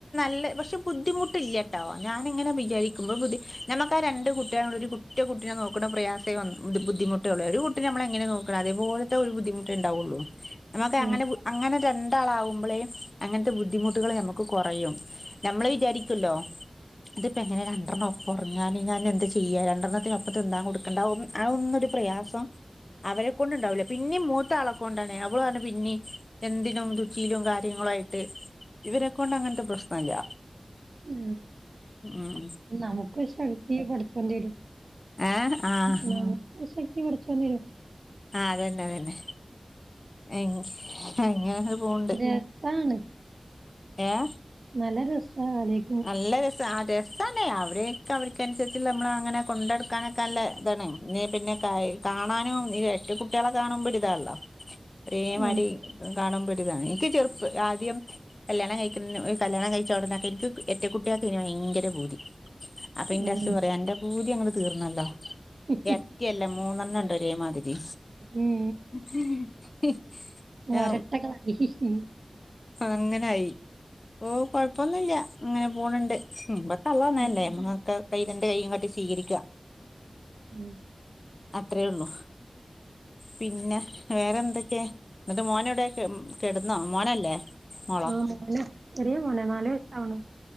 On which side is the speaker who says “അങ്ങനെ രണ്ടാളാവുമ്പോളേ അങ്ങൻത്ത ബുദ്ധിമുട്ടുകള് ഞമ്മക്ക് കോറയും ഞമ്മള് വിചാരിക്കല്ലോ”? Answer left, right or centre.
Left